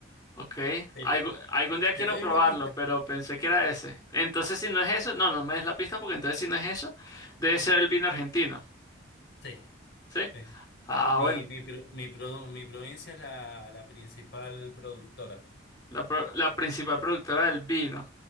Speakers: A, on the left; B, on the left.
A: Ok,
B: Pero
A: algu- algún día quiero
B: te doy
A: probarlo,
B: una pista.
A: pero pensé que era ese. Entonces, si no es eso, no, no me des la pista porque entonces si no es eso, debe ser el vino argentino,
B: Sí.
A: ¿sí?
B: Sí.
A: Ah,
B: Mi,
A: bueno,
B: mi, pro- mi, produ mi provincia es la, la principal productora.
A: la, pro- la principal productora del vino.